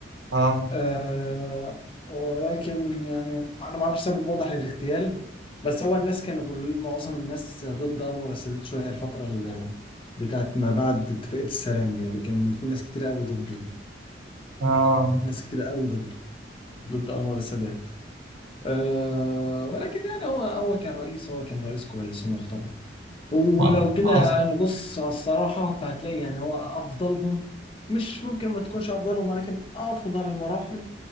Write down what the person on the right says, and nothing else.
آه
آه
ما
آه